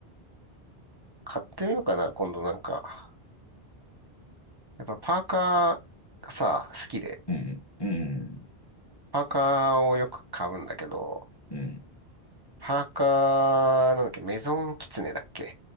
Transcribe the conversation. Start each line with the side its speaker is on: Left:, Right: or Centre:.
Right: 買ってみようかな、今度なんか。やっぱパーカーがさ、好きで。
Left: うん、うん、
Right: パーカーをよく買うんだけど、
Left: うん。
Right: パーカー、なんだっけ、メゾンキツネだっけっ